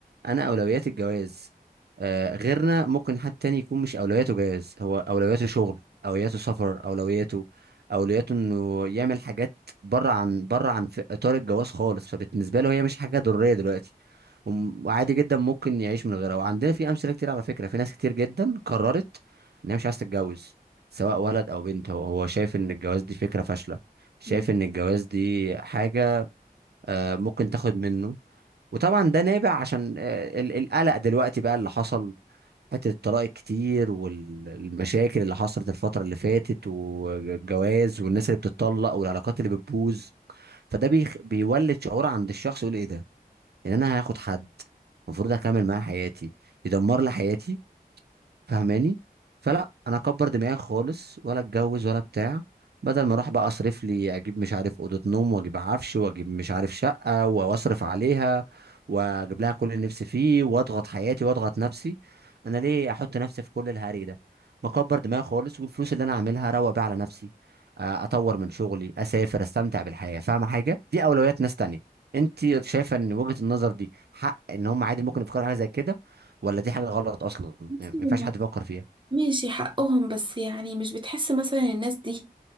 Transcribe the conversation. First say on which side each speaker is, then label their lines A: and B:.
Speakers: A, on the right (about 90°); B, on the right (about 30°).
A: انا اولوياتي الجواز آه غيرنا ممكن حد تاني يكون مش اولوياته جواز هو اولوياته شغل اولوياته سفر اولوياته اولوياته انه يعمل حاجات بره عن بره عن في اطار الجواز خالص فبالنسبه له هي مش حاجه ضروريه دلوقتي وم- وعادي جدا ممكن يعيش من غيرها وعندنا في امثله كتير على فكره في ناس كتير جدا قررت ان هي مش عايزه تتجوز سواء ولد او بنت هو هو شايف ان الجواز دي فكره فاشله شايف
B: مم.
A: ان الجواز دي حاجه آه، ممكن تاخد منه وطبعا ده نابع عشان آه، ال- القلق دلوقتي بقى اللي حصل حته الطلاق الكتير والمشاكل اللي حصلت الفتره اللي فاتت والجواز والناس اللي بتتطلق والعلاقات اللي بتبوظ فده بيخ... بيولد شعور عند الشخص يقول ايه ده ان انا هاخد حد المفروض اكمل معاه حياتي يدمر لي حياتي فاهماني فلا انا اكبر دماغي خالص ولا اتجوز ولا بتاع بدل ما اروح بقى اصرف لي اجيب مش عارف اوضه نوم واجيب عفش واجيب مش عارف شقه واصرف عليها واجيب لها كل اللي نفسي فيه واضغط حياتي واضغط نفسي انا ليه احط نفسي في كل الهري ده مكبر دماغي خالص والفلوس اللي انا اعملها اروق بيها على نفسي آه، اطور من شغلي اسافر استمتع بالحياه فاهمه حاجه دي اولويات ناس تانية انت شايفه ان وجهه النظر دي حق ان هم عادي ممكن يفكروا في حاجه زي كده ولا دي حاجة غلط أصلا
B: بس
A: يعني ما
B: لما-
A: ينفعش حد يفكر فيها
B: ماشي حقهم بس يعني مش بتحس مثلا الناس دي